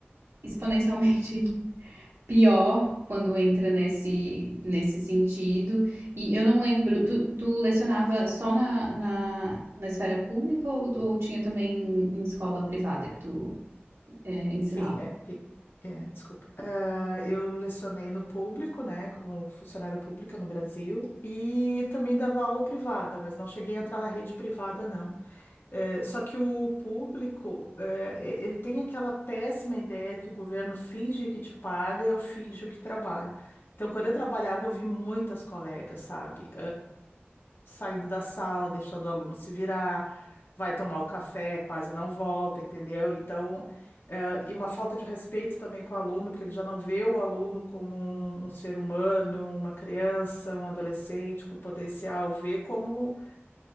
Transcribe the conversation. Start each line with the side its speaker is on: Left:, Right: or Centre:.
Right: exponencialmente <laughs> pior quando entra nesse, nesse sentido. E eu não lembro, tu, tu lecionava só na, na, na esfera pública ou, ou tinha também em escola privada que tu é, ensinava?
Left: Sim, é, é- é, desculpa. Ah, eu lecionei no público, né, como funcionária pública no Brasil, e também dava aula privada, mas não cheguei a entrar na rede privada, não. Eh, só que o público, eh, e- ele tem aquela péssima ideia que o governo finge que te paga e eu finjo que trabalho. Então, quando eu trabalhava, eu vi muitas colegas, sabe? saindo da sala, deixando o aluno se virar, vai tomar o café, quase não volta, entendeu? Então, eh, e uma falta de respeito também com o aluno, porque ele já não vê o aluno como um, um ser humano, uma criança, um adolescente com potencial, vê como